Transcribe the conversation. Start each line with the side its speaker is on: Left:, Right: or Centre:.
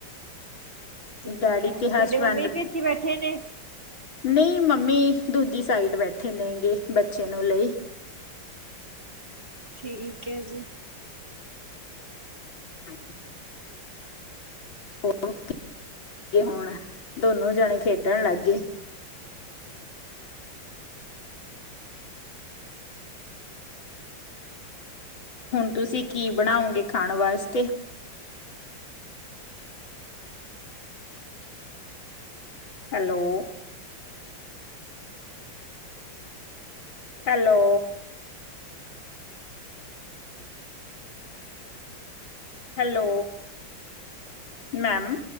Right: ਠੀਕ
Left: ਡੈਡੀ
Right: ਹੈ
Left: ਤੇ
Right: ਤੁਹਾਡੇ
Left: ਹਸਬੈਂਡ।
Right: ਮੰਮੀ ਵੀ ਇੱਥੇ ਬੈਠੇ ਨੇ
Left: ਨਹੀਂ ਮੰਮੀ ਦੂਜੀ ਸਾਈਡ ਬੈਠੇ ਨੇ ਗੇ ਬੱਚੇ ਨੂੰ ਲਈ।
Right: ਠੀਕ ਏ ਜੀ।
Left: ਹ ਹੋ ਹੁਣ ਦੋਨੋ ਜਣੇ ਖੇਡਣ ਲੱਗ ਗਏ। ਹੁਣ ਤੁਸੀਂ ਕੀ ਬਣਾਓਗੇ ਖਾਣ ਵਾਸਤੇ। Hello hello hello ma'am